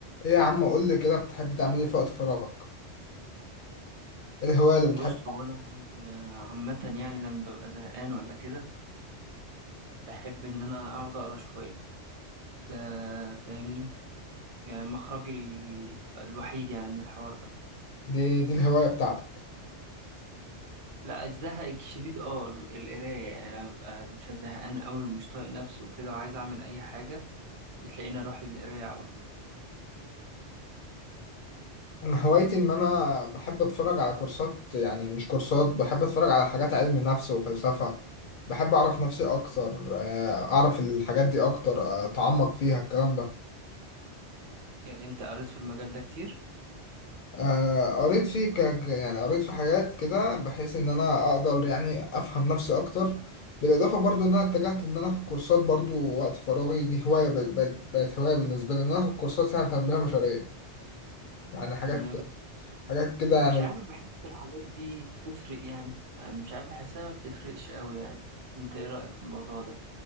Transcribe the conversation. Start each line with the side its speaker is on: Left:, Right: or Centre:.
Left: ايه يا عم قول لي كده بتحب تعمل ايه في وقت فراغك ايه الهواية اللي
Right: بص
Left: بتحب
Right: هو انا أنا عامه يعني لما ببقى زهقان ولا كده بحب ان انا اقعد اقرا شويه ده فاهمني يعني مخرجي ال- الوحيد يعني من الحوار ده
Left: دي دي الهواية بتاعتك
Right: لا الزهق الشديد اه ال- القرايه يعني انا ببقى زهقان قوي ومش طايق نفسي وكده وعايز اعمل اي حاجه بتلاقيني اروح للقرايه على طول
Left: انا هوايتي ان انا بحب اتفرج على كورسات يعني مش كورسات بحب اتفرج على حاجات علم نفس وفلسفة بحب اعرف نفسي اكتر آه، اعرف الحاجات دي اكتر آه، اتعمق فيها الكلام ده
Right: يعني انت قريت في المجال ده كتير
Left: آه، قريت فيه ك... ك- يعني قريت في حاجات كده بحيث ان انا اقدر يعني افهم نفسي اكتر بالاضافه برضو ان انا اتجهت ان انا اخد كورسات برضو وقت فراغي دي هوايه ب... بقت بقت هوايه بالنسبه لي ان انا اخد كورسات يعني تنميه بشريه يعني حاجات
Right: تنميه بش-
Left: حاجات كده يعني
Right: مش عارف بحس الحاجات دي بتفرق يعني مش عارف بحسها ما بتفرقش قوي يعني انت ايه رايك في الموضوع ده